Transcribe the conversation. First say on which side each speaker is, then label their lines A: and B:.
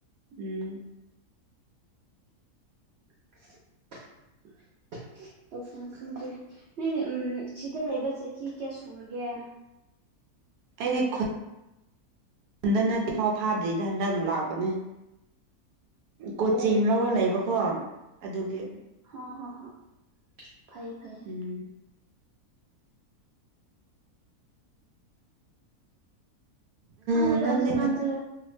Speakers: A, on the right; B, on the right.
A: ꯎꯝ
B: <unintelligible> ꯇꯧꯐꯝ ꯈꯪꯗꯦ ꯅꯪꯅꯤ ꯎꯝ ꯁꯤꯗ ꯂꯩꯕ ꯆꯍꯤ ꯀ꯭ꯌꯥ ꯁꯨꯔꯒꯦ
A: ꯑꯩꯗꯤ ꯈꯨ ꯎꯟꯗ ꯅꯠꯇꯤꯐꯥꯎ ꯐꯥꯗ꯭ꯔꯤꯗꯤ ꯍꯟꯗꯛꯅ ꯂꯥꯛꯄꯅꯦ
B: ꯑꯣ
A: ꯀꯣꯆꯤꯡ ꯂꯧꯔ ꯂꯩꯕꯀꯣ ꯑꯗꯨꯒꯤ
B: ꯍꯣ ꯍꯣ ꯍꯣꯏ ꯐꯩ ꯐꯩ
A: ꯎꯝ
B: ꯈꯪꯗꯦꯗ
A: ꯑ ꯅꯪꯗꯤ
B: ꯍꯧꯖꯤꯛꯀꯥꯟꯁꯦ
A: ꯅꯠ